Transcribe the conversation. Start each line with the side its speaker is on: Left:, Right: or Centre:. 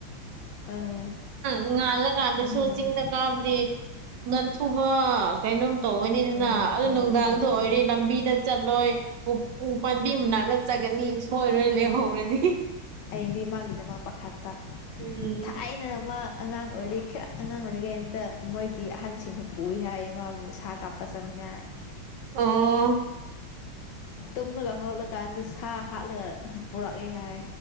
Left: ꯎꯝ
Right: ꯉꯥꯜꯂ ꯀꯥꯟꯗꯁꯨ
Left: ꯎꯝ
Right: ꯆꯤꯡꯗ ꯀꯥꯕꯗꯤ ꯉꯟꯊꯨꯕ ꯀꯩꯅꯣꯝ ꯇꯧꯒꯅꯤꯗꯅ
Left: ꯎꯝ ꯎꯝ
Right: ꯑꯗꯨ
Left: ꯎꯝ
Right: ꯅꯨꯡꯗꯥꯡꯗ ꯑꯣꯏꯔꯦ
Left: ꯎꯝ
Right: ꯂꯝꯕꯤꯗ ꯆꯠꯂꯣꯏ ꯎ ꯄꯥꯕꯤ ꯅꯠꯆꯒꯅꯤ ꯁꯣꯏꯔꯣꯏ ꯂꯩꯍꯧꯔꯅꯤ
Left: ꯑꯗꯤ ꯃꯥꯒꯤꯗꯃꯛ ꯄꯥꯈꯠꯄ
Right: ꯎꯝ
Left: ꯊꯥꯏꯅ ꯃꯥ ꯑꯉꯥꯡ ꯑꯣꯏꯔꯤ ꯈꯤꯇꯪ ꯑꯉꯥꯡ ꯑꯣꯏꯔꯤꯒꯩ ꯑꯇ ꯃꯣꯏꯒꯤ ꯑꯍꯟꯁꯤꯡꯅ ꯄꯨꯏ ꯍꯥꯏ ꯏꯃꯕꯨ ꯁꯥ ꯀꯥꯞꯄ ꯆꯠꯅꯤꯡꯉꯥꯏ
Right: ꯑꯣ
Left: ꯇꯨꯝꯂꯒ ꯍꯧꯣꯠꯂꯀꯥꯟꯗ ꯁꯥ ꯍꯥꯠꯂꯒ ꯄꯨꯔꯛꯑꯦ ꯍꯥꯏ